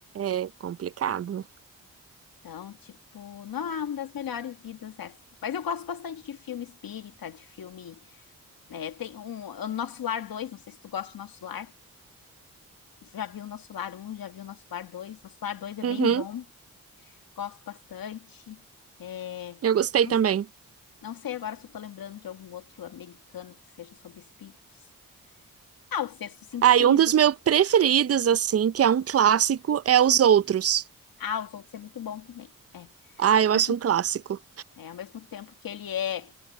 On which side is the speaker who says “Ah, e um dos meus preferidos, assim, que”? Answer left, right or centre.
Right